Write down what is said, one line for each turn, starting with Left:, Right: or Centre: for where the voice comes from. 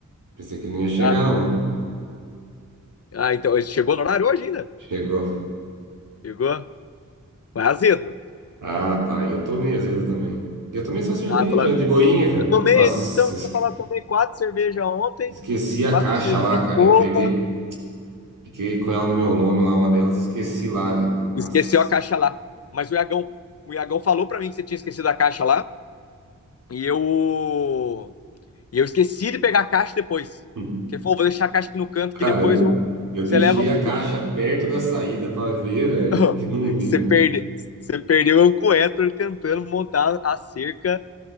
Right: Pensei que ele não ia chegar,
Left: Ah,
Right: não.
Left: ah, então, ele chegou no horário hoje ainda?
Right: Chegou.
Left: Chegou? Mas azedo.
Right: Ah, tá. E eu tomei azedo também. E eu tomei só cerveja
Left: Ah, falaram,
Right: de boinha, cara.
Left: eu tomei,
Right: Nossa,
Left: então, se
Right: esque-
Left: eu falar, tomei quatro cervejas ontem,
Right: esqueci a
Left: quatro
Right: caixa
Left: cervejinhas
Right: lá,
Left: de
Right: cara.
Left: boa.
Right: Eu peguei, fiquei com ela no meu nome lá, uma delas, esqueci lá, velho. Nossa.
Left: Esqueceu a caixa lá. Mas o Iagão, o Iagão falou para mim que você tinha esquecido a caixa lá. E eu. E eu esqueci de pegar a caixa depois.
Right: <laughs>
Left: Que ele falou, vou deixar a caixa aqui no canto
Right: Cara,
Left: que depois
Right: eu,
Left: eu.
Right: eu
Left: Você
Right: deixei
Left: leva pro.
Right: a caixa perto da saída pra ver, velho.
Left: <laughs>
Right: E não vi,
Left: você,
Right: velho.
Left: perde... você perdeu eu com o Héctor tentando montar a cerca.